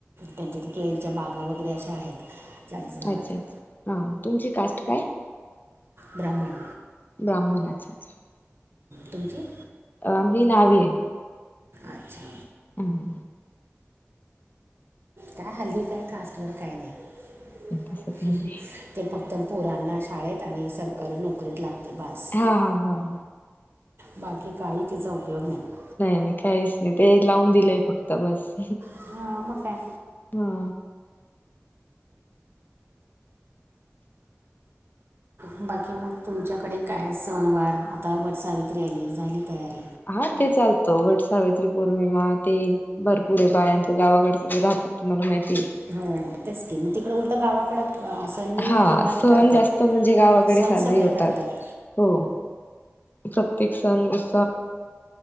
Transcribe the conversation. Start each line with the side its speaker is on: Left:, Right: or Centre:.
Right: त्यांच्यात केळीच्या बागा वगैरे अशा आहेत. चाळीसगावात
Left: अच्छा अच्छा, हा तुमची कास्ट काय?
Right: ब्राह्मण.
Left: ब्राह्मण अच्छा अच्छा.
Right: तुमची?
Left: आ मी नावी हाय.
Right: अच्छा.
Left: उ हू.
Right: काय हल्ली काय कास्टवर काय नाही
Left: तसं काही नाही
Right: ते फ क्त पोरांना शाळेत आणि सरकारी नोकरीत लागते बास.
Left: हां हां हां
Right: बाकी काही तिचा उपयोग नाही.
Left: नाही काहीच नाही ते लावून दिलंय फक्त बस.
Right: हां मग काय
Left: हा.
Right: बाकी मग, तुमच्याकडे काय सण वार आता वट सावित्री आली झाली तयारी?
Left: हा ते चालतं, वट सावित्री पौर्णिमा ते भरपूर ये बायांच गावाकडचं ते राह त तुम्हाला माहि
Right: हो, तेच की, मग तिकडं उलटं गावाकडं अं, असं नीट
Left: हा
Right: निवांत
Left: सण
Right: करतात
Left: जास्त म्हणजे गावाकडे
Right: सण
Left: साजरीे
Right: सगळे
Left: होतात.
Right: करतात
Left: हो. प्रत्येक सण उस